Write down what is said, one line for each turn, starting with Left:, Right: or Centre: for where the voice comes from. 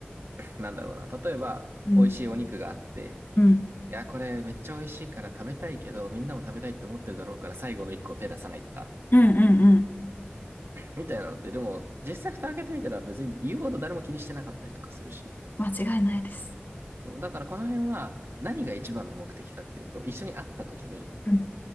Right: なんだろうな、例えば、
Left: うん、
Right: 美味しいお肉があって、
Left: うん、
Right: いや、これめっちゃ美味しいから食べたいけど、みんなも食べたいって思ってるだろうから最後の一個手出さないとか、
Left: うん、うん。うん
Right: みたいなのって、でも実際蓋開けてみたら別に言うほど誰も気にしてなかったりとかするし、
Left: 間違いないです。
Right: そう、だからこの辺は何が一番の目的かっていうと、一緒に会った時に、
Left: うん。